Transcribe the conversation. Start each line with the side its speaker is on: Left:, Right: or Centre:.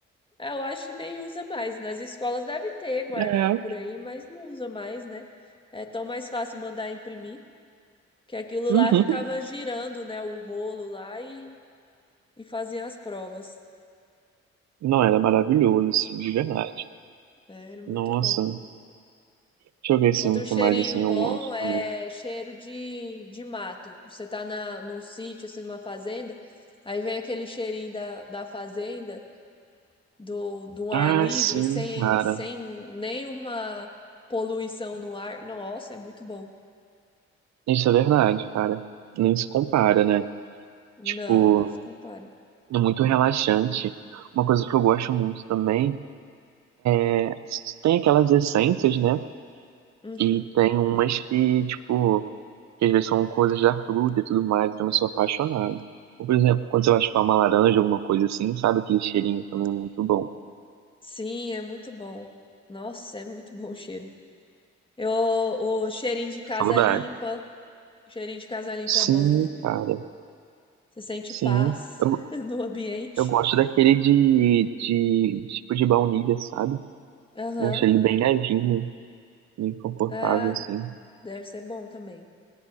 Left: eu acho que nem usa mais. Nas escolas deve ter guardado
Right: É.
Left: por aí, mas não usa mais, né? É tão mais fácil mandar imprimir, que aquilo
Right: Uhum.
Left: lá ficava girando, né, o rolo lá e, e fazia as provas.
Right: Não, era maravilhoso, assim, de verdade.
Left: É, ele é muito
Right: Nossa.
Left: bom.
Right: Deixa eu ver, assim,
Left: Outro
Right: o
Left: cheirinho
Right: que mais, assim,
Left: bom
Right: eu gosto
Left: é
Right: também.
Left: cheiro de, de mato. Você tá na, num sítio, assim, numa fazenda, aí vem aquele cheirinho da, da fazenda, do, do ar
Right: Ah,
Left: livre,
Right: sim,
Left: sem,
Right: cara.
Left: sem nenhuma poluição no ar. Nossa, é muito bom.
Right: Isso é verdade, cara. Nem se compara, né?
Left: Não,
Right: Tipo,
Left: não se compara.
Right: é muito relaxante. Uma coisa que eu gosto muito também é, tem aquelas essências, né?
Left: Uhum.
Right: E tem umas que, tipo, que às vezes são coisas da fruta e tudo mais, então eu sou apaixonado. Ou, por exemplo, quando você vai chupar uma laranja, alguma coisa assim, sabe aquele cheirinho também muito bom.
Left: Sim, é muito bom. Nossa, é muito bom o cheiro. Eu, o cheirinho de casa
Right: Saudade.
Left: limpa, o cheirinho de casa limpa
Right: Sim,
Left: é bom.
Right: cara,
Left: Você sente
Right: sim.
Left: paz
Right: Eu,
Left: <laughs> no ambiente.
Right: eu gosto daquele de, de tipo de baunilha, sabe?
Left: Aham.
Right: Eu acho ele bem levinho, bem confortável,
Left: Ah,
Right: assim.
Left: deve ser bom também.